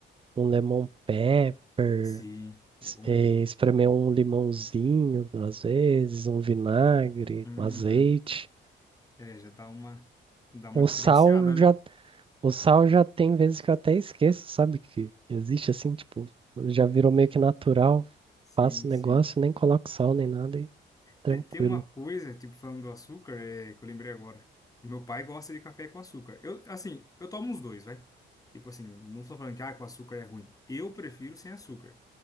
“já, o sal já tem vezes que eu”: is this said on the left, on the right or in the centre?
Right